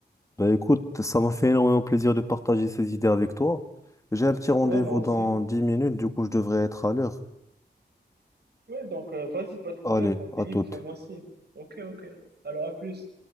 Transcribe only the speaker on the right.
Ouais, moi aussi.
Ouais, donc euh, vas-y, pas de problème.
Quand t'es
libre,
fais-moi signe. Ok, ok. Alors, à plus.